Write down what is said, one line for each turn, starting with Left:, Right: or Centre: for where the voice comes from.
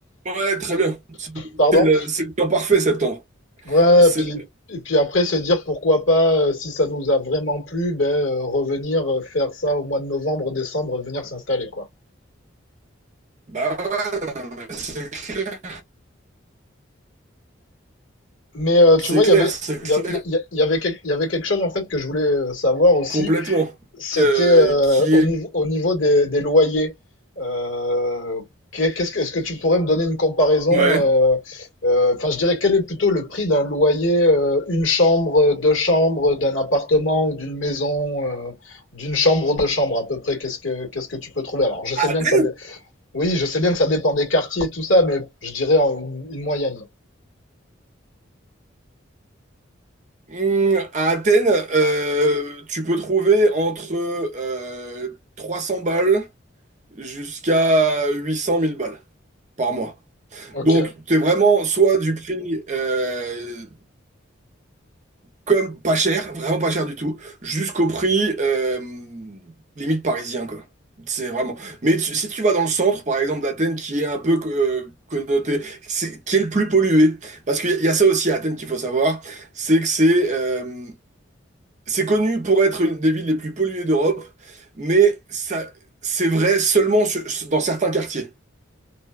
Right: Ouais, très bien. C'est
Left: Pardon.
Right: c'est le, c'est le temps parfait, septembre.
Left: Ouais,
Right: C'est,
Left: puis, et puis après se dire pourquoi pas, euh, si ça nous a vraiment plu, ben, euh, revenir euh, faire ça au mois de novembre, décembre, venir s'installer, quoi.
Right: bah ouais, c'est clair.
Left: Mais euh, tu
Right: C'est
Left: vois,
Right: clair,
Left: il y avait,
Right: c'est
Left: il
Right: clair.
Left: y a- il y a- il y avait, quel- il y avait quelque chose en fait que je voulais euh, savoir aussi.
Right: Complètement.
Left: C'était
Right: Euh,
Left: euh,
Right: qui
Left: au
Right: est...
Left: niveau, au niveau des, des loyers. Euh, qu'est- qu'est-ce que, est-ce que tu pourrais me donner une comparaison?
Right: Ouais.
Left: euh, euh, Enfin, je dirais quel est plutôt le prix d'un loyer, euh, une chambre, deux chambres, d'un appartement ou d'une maison, euh, d'une chambre ou deux chambres à peu près. Qu'est-ce que qu'est-ce que tu peux trouver? Alors, je
Right: À
Left: sais bien
Right: Athènes?
Left: que ça, dé- oui, je sais bien que ça dépend des quartiers et tout ça, mais je dirais en une, une moyenne.
Right: Hmm, à Athènes, euh, tu peux trouver entre euh, 300 balles jusqu'à huit cent mille balles par mois.
Left: Ok.
Right: Donc, tu es vraiment soit du prix euh, comme pas cher, vraiment pas cher du tout, jusqu'au prix euh, limite parisien, quoi. C'est vraiment. Mais tu- si tu vas dans le centre, par exemple, d'Athènes, qui est un peu euh, connoté, c'est- qui est le plus pollué, parce qu'il y a il y a ça aussi à Athènes qu'il faut savoir, c'est que c'est euh, c'est connu pour être une des villes les plus polluées d'Europe, mais ça, c'est vrai seulement sur- dans certains quartiers.